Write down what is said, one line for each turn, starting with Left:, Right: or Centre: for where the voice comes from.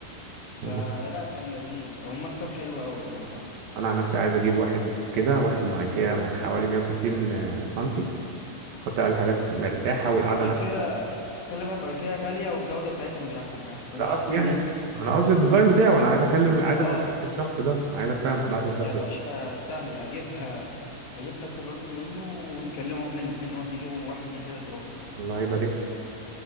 Right: انا
Left: فلا كان لذيذ او مكتب حلو قوي يعني عامه كان
Right: أنا عن نفسي عايز اجيب واحد كده واحد من ايكيا حوالي 160 سنتي احط عليه الحاجات مرتاحة والقعدة
Left: ايكيا
Right: نفسها
Left: بس خلي بالك ايكيا غاليه والجوده بتاعتها مش احسن حاجه فانت
Right: لا
Left: احسن
Right: قصدي يعني
Left: ان انت
Right: ما انا قصدي الديزاين بتاعه انا عايز اكلم عايزك
Left: اه
Right: تبعت لي الشخص ده انا عايزك فعلا تبعت لي الشخص
Left: يا باشا
Right: ده
Left: سهله اجيبها اجيب لك الراجل منه ونكلمه احنا الاثنين نروح نجيبه واحد من غير ادراك
Right: الله يبارك لك